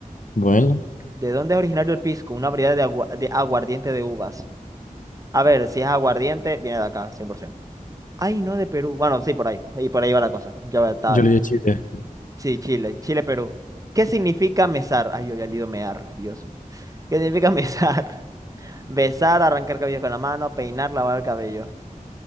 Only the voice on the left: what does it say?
Bueno,
yo
le dije Chile.